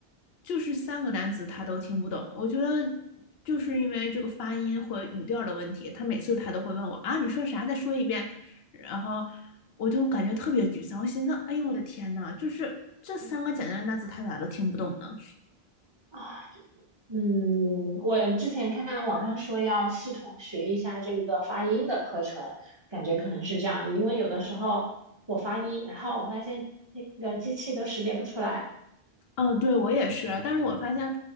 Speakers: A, on the left (about 75°); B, on the right (about 25°).
A: 就是三个单词他都听不懂。我觉得就是因为这个发音和语调的问题，他每次他都会问我啊，你说啥？再说一遍。然后我就感觉特别沮丧，我寻思，哎呦我的天呐，就是这三个简单的单词他咋都听不懂呢？
B: 啊，嗯，我之前看网上说要系统学一下这个发音的课程，感觉可能是这样，因为有的时候我发音，然后我发现那个机器都识别不出来。
A: 哦，对，我也是，但是我发现，